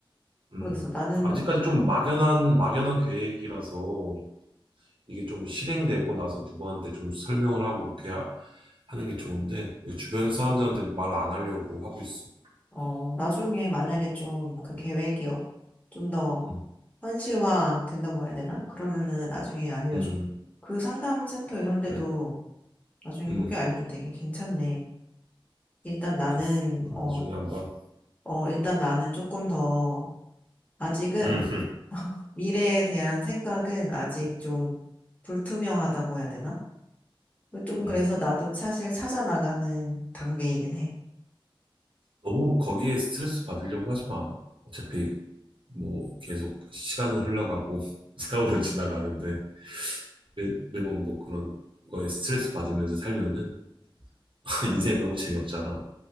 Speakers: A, on the right; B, on the left.
A: 음.
B: 모르겠어. 나는,
A: 아직까지 좀 막연한 막연한 계획이라서 이게 좀 실행되고 나서 누구한테 좀 설명을 하고 그렇게 하- 하는 게 좋은데 주변 사람들한테 말 안 하려고 하고 있어.
B: 어, 나중에 만약에 좀 그 계획이 어, 좀더
A: 음.
B: 현실화 된다고 해야 되나? 그러면은 나중에 알려줘.
A: 음.
B: 그 상담센터 이런 데도
A: 그래.
B: 나중에
A: 음.
B: 후기 알려줘. 되게 괜찮네. 일단 나는,
A: 됐어. 그럼
B: 어,
A: 나중에 한번.
B: 어, 일단 나는 조금 더 아직은
A: 음.
B: 미래에 대한 생각은 아직 좀 불투명하다고 해야 되나? 조금
A: 음.
B: 그래서 나도 사실 찾아 나가는 단계이긴 해.
A: 너무 거기에 스트레스 받으려고 하지 마. 어차피 뭐 계속 시간은 흘러가고 <laughs> 세월은 지나가는데. 매, 매번 뭐 그런 거에 스트레스 받으면서 살면은 <laughs> 인생 너무 재미없잖아.